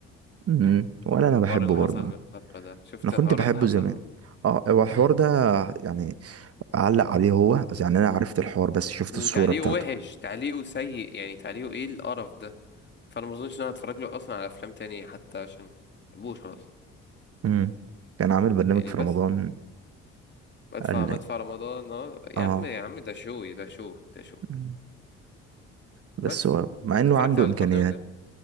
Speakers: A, on the right; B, on the left.
A: مم. ولا أنا بحبه
B: الحوار اللي
A: برضه
B: حصل من الفترة ده شفت
A: أنا كنت
B: الحوارات
A: بحبه
B: اللي حصل
A: زمان
B: من...
A: اه هو الحوار
B: مم.
A: ده يعني أعلق عليه هو بس يعني أنا عرفت الحوار بس شفت
B: وتعليقه
A: الصورة بتاعته
B: وحش تعليقه سيء يعني تعليقه ايه القرف ده فانا ما اظنش ان انا هتفرج له اصلا على افلام تانية حتى عشان ما بحبوش خلاص
A: مم. كان عامل برنامج
B: يعني
A: في
B: بس
A: رمضان
B: بدفع
A: قال
B: مدفع
A: لي
B: رمضان اه يا
A: اه
B: عم يا عم ده شو ده شو ده شو
A: مم. بس
B: بس
A: هو مع
B: انت
A: إنه
B: اتفرجت
A: عنده
B: على
A: إمكانيات
B: البرنامج ده